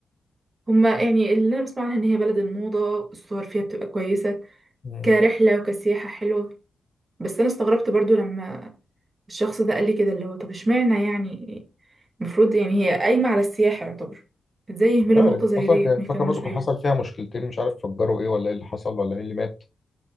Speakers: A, on the right; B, on the left.
A: هما يعني اللي انا بسمع عنها ان هي بلد الموضه الصور فيها بتبقى كويسه
B: مم.
A: كرحله وكسياحه حلوه بس انا استغربت برضو لما الشخص ده قال لي كده اللي هو طب اشمعنى يعني المفروض يعني هي قايمة على السياحة يعتبر ازاي يهملوا
B: مش عارف
A: نقطة زي
B: اصلا
A: ديت
B: كان-
A: ميهتموش
B: فاكر برضه
A: بيها
B: كان حصل فيها مشكلتين مش عارف فجروا ايه ولا ايه اللي حصل ولا مين اللي مات